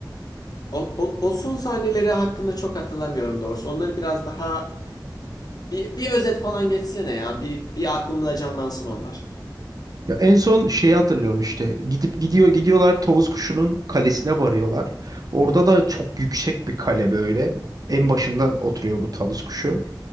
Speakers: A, on the left (about 55°); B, on the right (about 50°).
A: O, o, o son sahneleri hakkında çok hatırlamıyorum doğrusu. Onları biraz daha bir, bir özet falan geçsene ya. Bir, bir aklımda canlansın onlar.
B: Ya en son şeyi hatırlıyorum işte. Gidip gidiyor gidiyorlar Tavus Kuşu'nun kalesine varıyorlar. Orada da çok yüksek bir kale böyle. En başında oturuyor bu Tavus Kuşu.